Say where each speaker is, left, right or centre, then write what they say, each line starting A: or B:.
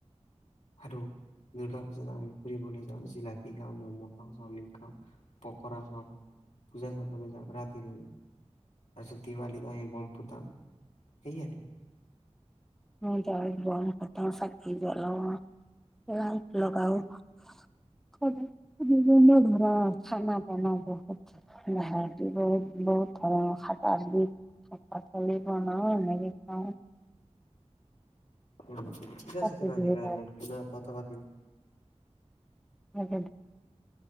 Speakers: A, on the left (about 75°); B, in the centre.
A: হেইটো দূৰ্গা পূজাত আমি ফুৰিবলৈ যাওঁ জিলাত। <inaudible> খাওঁ, ম'ম খাওঁ, চাওমিন খাওঁ। পকৰা খাওঁ, পূজা চাবলৈ যাওঁ ৰাতিলৈ। তাৰপিছত দিৱালীত আমি বমফুট তাম, সেইয়াটো।
B: উম, তাত বম ফটাও, চাকি জ্বলাও, লাইট লগাও। <inaudible> তুমৰা খানা এনে বহুত <unintelligible> বহুত ধৰণৰ সাত-আঠবিধ শাক পাচলি। ভ ন <unintelligible> এনেকছা
A: <unintelligible>
B: কাতি বিহুত <unintelligible>